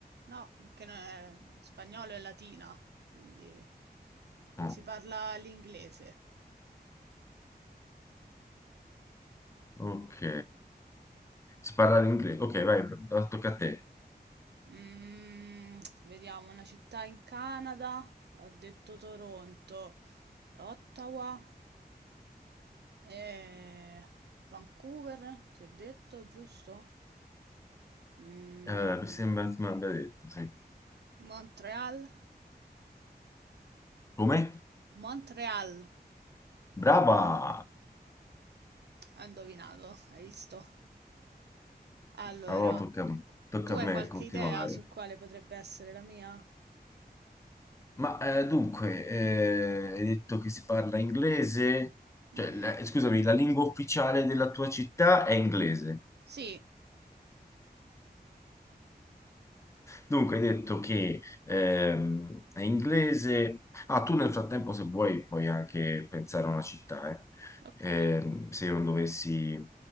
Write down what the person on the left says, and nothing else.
No.
Ok, si parla l'inglese. Ok, vai, tocca a te.
Eh, mi sembra che mi abbia detto, sì.
Come?
Brava!
Allora tocca, tocca
a
me
continuare.
Ma eh, dunque, eh, hai detto che si parla inglese,
cioè, la- eh, scusami, la lingua ufficiale della tua città è inglese.
Dunque, hai detto che ehm, è inglese. Ah, tu nel frattempo, se vuoi, puoi anche pensare a una città, eh.
Ehm, se io non dovessi,